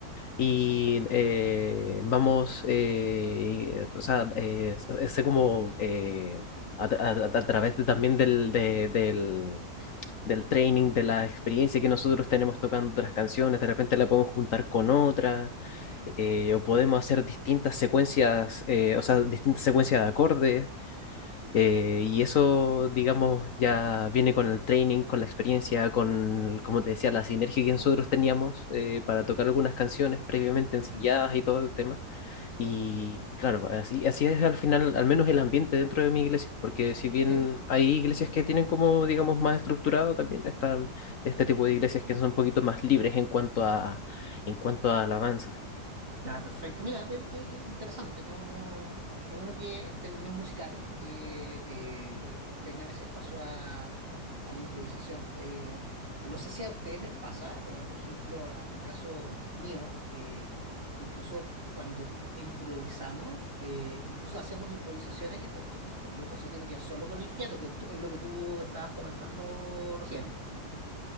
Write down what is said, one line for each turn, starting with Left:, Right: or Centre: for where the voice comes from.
Left: y eh, vamos, eh, o sea, eh, sé como eh, a, tra- a- a través de- también del, de- del, del training, de la experiencia que nosotros tenemos tocando otras canciones, de repente la podemos juntar con otra,
Right: Mm,
Left: eh, o podemos hacer distintas secuencias, eh, o sea, distintas secuencias de acordes eh, y eso, digamos, ya viene con el training, con la experiencia, con, como te decía, la sinergia que nosotros teníamos eh, para tocar algunas canciones previamente ensayadas
Right: ujú,
Left: y todo el tema. Y
Right: ujú.
Left: claro, así, así es al final, al menos el ambiente dentro de mi iglesia, porque si bien
Right: Mira,
Left: hay iglesias que tienen como, digamos, más estructurado, también están este tipo de iglesias que son un poquito más libres en cuanto a, en cuanto a alabanza.
Right: Ah, perfecto. Mira, pues, qué, qué interesante, ¿no? No, qué bueno que en términos musicales que eh, tengan ese espacio a, a la improvisación. Eh, a- no sé si a ustedes les pasa, pero por ejemplo, a mi caso mío, eh, incluso cuando improvisamos, eh, incluso hacemos improvisaciones, y esto es como súper loco, eso tiene que ver solo con el fiato, que tú- es lo que tú estabas comentando recién.